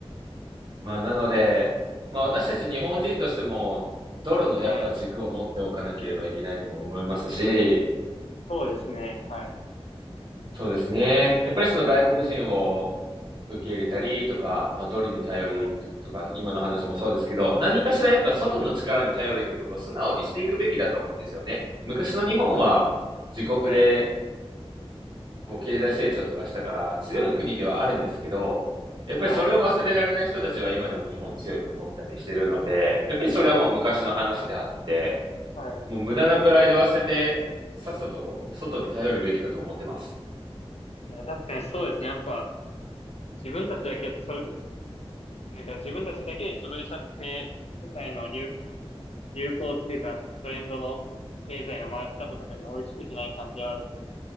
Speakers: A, on the right; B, on the left.
A: まあ、なので、
B: うん。
A: まあ、私たち日本人としても、
B: はい。
A: ドルのやっぱ軸を持っておかなければいけないとも思いますし、
B: はい。そうですね。はい。
A: そうですね。やっぱりその外国人を受け入れたりとか、まあ、ドルに頼りとか、
B: うん。
A: 今の話もそうですけど、何かしらやっぱ外の力に頼りってことを素直にしていくべきだと思うんですよね。
B: はい。
A: 昔の日本は自国で
B: はい。
A: こう経済成長とかしたから強い国ではあるんですけど、
B: はい。
A: やっぱりそれを忘れられない人たちは今でも日本強いと思ったりしてるので、
B: はい。
A: やっぱりそれはもう昔の話であって、
B: うんはい。
A: もう無駄なプライドは捨てて、さっさと外に頼るべきだと思ってます。
B: いや、確かにそうですね。やっぱ、自分たちだけだと、それ、なんか自分たちだけで潰れちゃって、世界の流、なんか、流行っていうか、トレンドの経済の回し方とかに追いつけてない感じはあるんで、